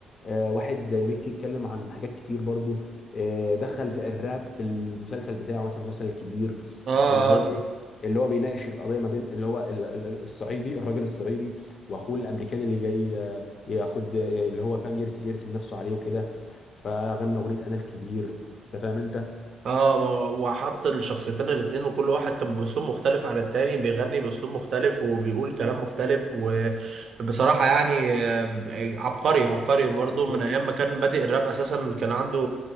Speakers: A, on the left; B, on the right.
A: آه، واحد زي ميكي اتكلم عن حاجات كتير برضو آه، دخل الراب في المسلسل بتاعه مثلا المسلسل الكبير
B: اه
A: اللي هو
B: اه
A: ايه اللي هو بيناقش القضيه ما بين اللي هو ال- ال- ال- الصعيدي الراجل الصعيدي واخوه الامريكاني اللي جاي آه، ياخد آه، اللي هو فاهم يرسي يرسم نفسه عليه وكده فغنى اغنيه انا الكبير انت فاهم انت
B: اه و- وحط الشخصيتين الاتنين وكل واحد كان باسلوب مختلف عن التاني بيغني باسلوب مختلف وبيقول كلام مختلف وبصراحة يعني آه، عبقري عبقري برضو
A: بالظبط
B: من ايام ما كان بادئ الراب اساسا كان عنده